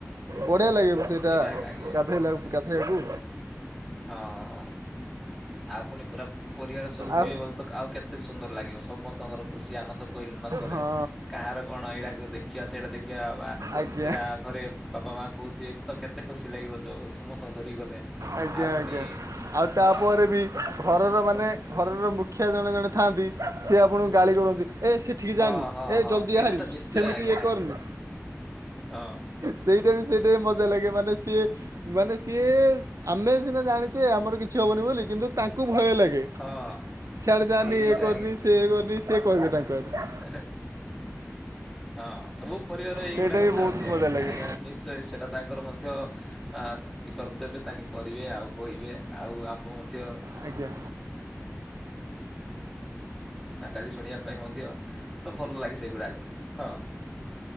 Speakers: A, on the right; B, in the centre.
A: ବଢ଼ିଆ ଲାଗିବ ସେଇଟା
B: ଆଜ୍ଞା ଆଜ୍ଞା
A: ଗାଧୋଇଲାକୁ। ଗାଧୋଇଲାକୁ।
B: ହଁ ହଁ ଆଉ ପୁଣି ପୁରା। ପରିବାର ସହିତ ଯିବେ
A: ଆଉ
B: ବ ତ ଆଉ କେତେ ସୁନ୍ଦର ଲାଗିବ, ସମସ୍ତଙ୍କର ଖୁସି ଆନନ୍ଦ କହିଲେ ନ ସରେ।
A: ହଁ
B: କାହାର କଣ ଏଇଟାକୁ ଦେଖିବା ସେଇଟା ଦେଖିବା ବା
A: ଆଜ୍ଞା
B: ସେଇଟା ଘରେ ବାପା ମା କହୁଥିବେ ତ କେତେ ଖୁସି ଲାଗିବ ଯୋଉ ସମସ୍ତଙ୍କୁ ଧରି ଗଲେ।
A: ଆଜ୍ଞା
B: ଆଉ ପୁଣି
A: ଆଜ୍ଞା ଆଉ ତାପରେ
B: ହଁ।
A: ବି ଘରର ମାନେ ଘରର ମୁଖିଆ ଜଣେ ଜଣେ ଥାଆନ୍ତି ସିଏ ଆପଣଙ୍କୁ ଗାଳି କରନ୍ତି ଏ ଠିକ୍
B: ହଁ
A: ଯାନି
B: ହଁ
A: ଏ
B: ହଁ
A: ଜଲ୍ଦି
B: ଏଇଟା
A: ଆହାରି
B: ତ ନିଶ୍ଚୟ
A: ସେମିତି
B: ଆଜ୍ଞା
A: ଇଏ କରିନି।
B: ହଁ।
A: ସେଇଟା ବି ସେଟା ମଜା ଲାଗେ ମାନେ ସିଏ ମାନେ ସିଏ। ଆମେ ସିନା ଜାଣିଛେ ଆମର କିଛି ହବନି ବୋଲି କିନ୍ତୁ ତାଙ୍କୁ ଭୟ ଲାଗେ।
B: ହଁ
A: ସିଆଡେ ଯାନି
B: ଏଇଟା
A: ଏ କରିନି ସେଏ କରନି ଏନି ସେ କହିବେ ତାଙ୍କ ଆଡୁ।
B: ହେ ହେ ହଁ ସବୁ ପରିବାର ଏଇଗୁଡାକଥାନ୍ତି
A: ସେଇଟା ବି ବହୁତ ମଜା
B: ଆଜ୍ଞା
A: ଲାଗେ
B: ଆଜ୍ଞା ନିଶ୍ଚୟ ସେଇଟା। ତାଙ୍କର ମଧ୍ୟ। ଆ କର୍ତ୍ତବ୍ୟ ତାଙ୍କେ କରିବେ ଆଉ କହିବେ ଆଉ ଆମ ମଧ୍ୟ
A: ଆଜ୍ଞା।
B: ଗାଲି ଶୁଣିବା ପାଇଁ ମଧ୍ୟ, ତ ଭଲ ଲାଗେ ସେଇଗୁଡାକ। ହଁ-